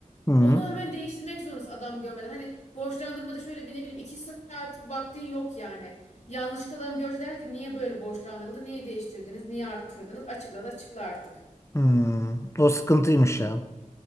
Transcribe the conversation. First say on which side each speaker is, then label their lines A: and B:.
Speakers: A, on the left (about 20°); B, on the left (about 60°).
A: Hmm.
B: Onu hemen değiştirmek zorundasın adam görmeden. Hani borçlandırmada şöyle bir ne bileyim 2 saat vaktin yok yani. Yanlışlıkla adam görse der ki niye böyle borçlandırıldı, niye değiştirdiniz, niye arttırdınız? Açıkla da açıkla artık.
A: Hmm. O sıkıntıymış ya.